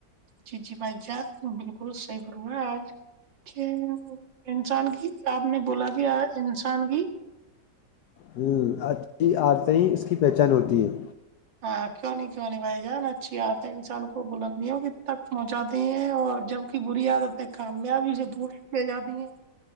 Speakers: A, on the right (about 85°); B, on the left (about 70°).
A: جی جی بھائی جان بالکل صحی کروںا آج ج انسان کی آپ نے بولا کہ انسان کی
B: ہ اچھی عورتیں اس کی پہچان ہوتی ہیں
A: ہاں کیوں نہیں کیوں نہیں بھائی جان اچھی آات ہے انسان کو بلندیوں ک تک پہنچاتی ہیں اور جب کی بری عادت ہے کامیابی سے دست لے جاتی ہیں